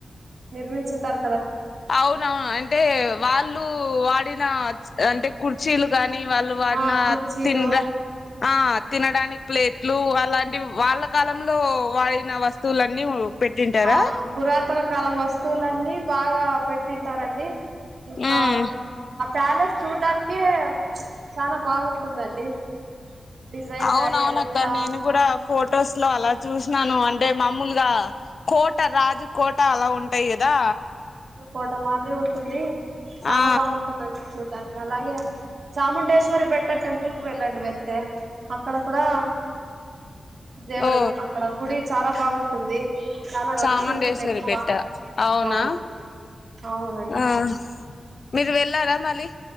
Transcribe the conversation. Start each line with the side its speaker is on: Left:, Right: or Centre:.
Right: నిర్మించతారు
Left: అవునవును అంటే వాళ్ళు వాడిన అంటే కుర్చీలు గానీ వాళ్ళు వాడినాతిన్రా
Right: ఆ కుర్చీలు
Left: ఆ తినడానికి ప్లేట్లు అలాంటివి వాళ్ళ కాలంలో వాడిన వస్తువులన్నీ పెట్టింటారా
Right: అవును పురాతన కాల వస్తువులన్నీ బాగా పెట్టింటారండి ఇకా
Left: ఉమ్
Right: ఆ ప్యాలెస్ చూడ్డానికే చాలా బాగుంటుందండి డిజైన్
Left: అవునవున
Right: గాని అదంతా
Left: అక్క నేను కూడా ఫొటోస్ లో అలా చూసినాను అంటే మామూలుగా కోట రాజుకోట్ ట్టా అలా ఉంటాయి కదా
Right: ఫోటో మాదిరి ఉంటుంది చనాా
Left: ఆ
Right: బాగుంటుంది చూడ్డానికి అలాగే చాముండేశ్వరి బెట్ట టెంపుల్ కు వెళ్ళాండి వెళ్తే అక్కడ కూడా దేవుడు
Left: ఓ
Right: అక్కడ గుడి చాలా బాగుంటుంది చాలా
Left: చాముండేశ్వరిపేట్ట
Right: రష్ ఉంటుంది ఎక్కువ
Left: అవునా
Right: అవును అవునండి
Left: ఆ మీరు వెళ్ళారా మళీ